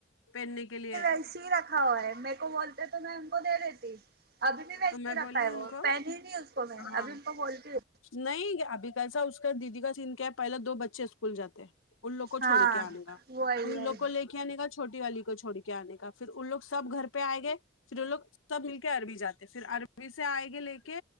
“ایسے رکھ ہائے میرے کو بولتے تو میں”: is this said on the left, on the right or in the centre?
Right